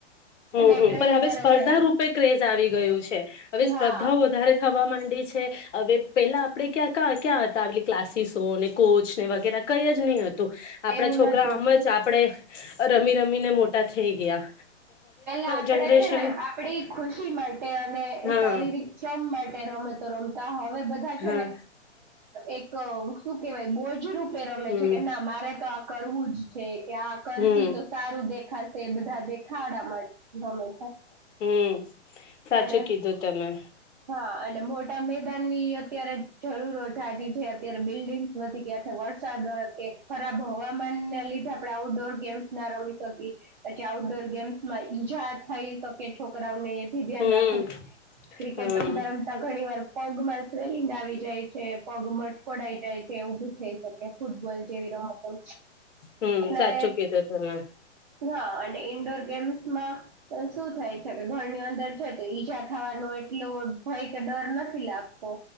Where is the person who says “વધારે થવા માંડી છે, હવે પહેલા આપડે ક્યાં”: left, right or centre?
Left